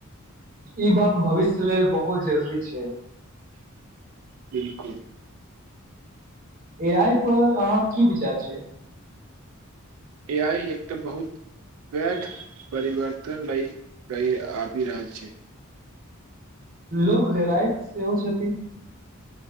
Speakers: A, on the right (about 40°); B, on the right (about 85°).
A: ई बात भविष्य लेल बहुत जरूरी छै
B: बिलकुल
A: ए आइ पर अहाँ की विचार छै
B: ए आइ एकटा बहुत बैध परिवर्तन ल कहि आबि रहल छै
A: लोको लडराइत सेहो छथिन